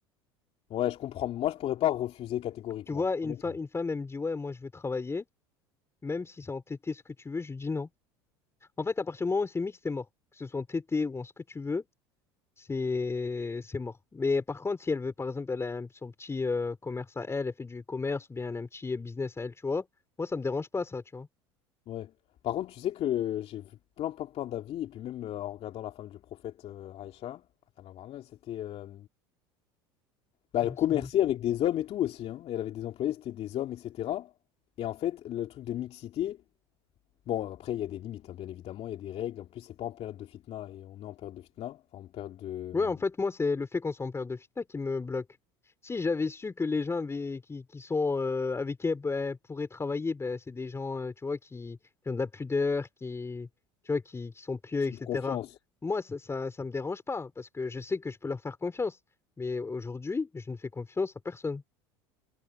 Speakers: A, on the left (about 50°); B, on the left (about 20°).
A: Ouais, je comprends. Moi, je pourrais pas refuser catégoriquement,
B: Tu vois, une
A: honnêtement.
B: fa- une femme, elle me dit, ouais, moi je veux travailler, même si c'est en T T ce que tu veux, je lui dis non. En fait, à partir du moment où c'est mixte, c'est mort. Que ce soit en T T ou en ce que tu veux, c'est c'est mort. Mais par contre, si elle veut, par exemple, elle a un- son petit euh, commerce à elle, elle fait du commerce ou bien elle a un petit business à elle, tu vois, moi ça me dérange pas, ça, tu vois.
A: Ouais. Par contre, tu sais que j'ai vu plein, plein, plein d'avis, et puis même euh, en regardant la femme du prophète euh, Aïcha, radiyallahu anha, c'était, euh, bah,
B: Ouais,
A: elle
B: ça
A: commerçait avec des hommes et tout aussi, hein. Et Elle avait des employés, c'était des hommes, etc. Et en fait, le truc de mixité, bon, après, il y a des limites, hein, bien évidemment, il y a des règles. En plus, c'est pas en période de fitna, et on est en période de fitna, enfin, en période de,
B: Ouais,
A: euh,
B: en fait, moi, c'est le fait qu'on soit en période de fitna qui me bloque. Si j'avais su que les gens avaient- qui, qui sont, euh, avec qui elle, elle pourrait travailler, ben, c'est des gens, euh, tu vois, qui, qui ont de la pudeur, qui, tu vois, qui, qui sont pieux, etc.
A: de confiance.
B: Moi, ça, ça, ça me dérange pas parce que je sais que je peux leur faire confiance. Mais aujourd'hui, je ne fais confiance à personne.